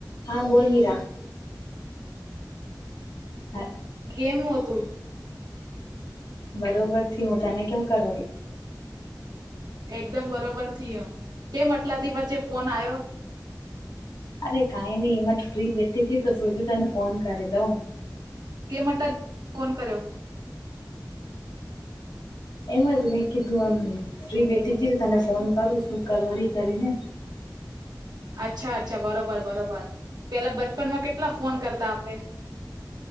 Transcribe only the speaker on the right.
કેમ, હતું.
એકદમ બરોબર થયો, કેમ અટલાદી વચ્ચે ફોન આવ્યો
કે ફોન કર્યો.
અચ્છા, અચ્છા બરોબર, બરોબર પેલા બચપનમા કેટલા ફોન કરતા આપડે